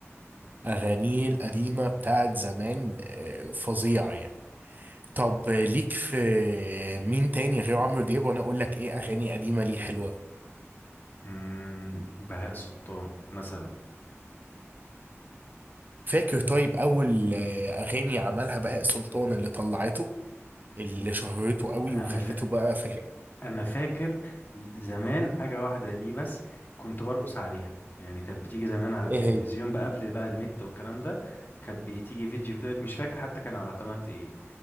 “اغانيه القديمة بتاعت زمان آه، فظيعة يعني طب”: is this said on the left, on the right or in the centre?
Right